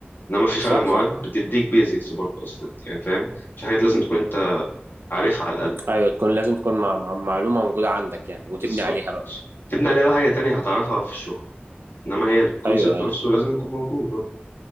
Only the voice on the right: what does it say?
صح
صح
ايوه تكون لازم تكون مع مع معلومه موجوده عندك يعني وتبني
عليها بقى
ايوه ايوه